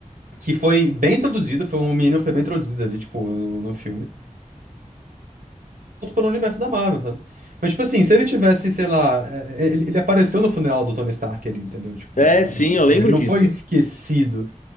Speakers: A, on the right (about 85°); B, on the left (about 70°).
A: que foi bem introduzido, foi um menino que foi bem introduzido ali, tipo, no, no filme. Outro pelo universo da Marvel, sabe? Mas, tipo assim, se ele tivesse, sei lá, é, é, ele, ele apareceu no funeral do Tony Stark ali, entendeu? Tipo,
B: É,
A: no,
B: sim,
A: no no
B: eu
A: filme.
B: lembro
A: Ele não
B: disso.
A: foi esquecido.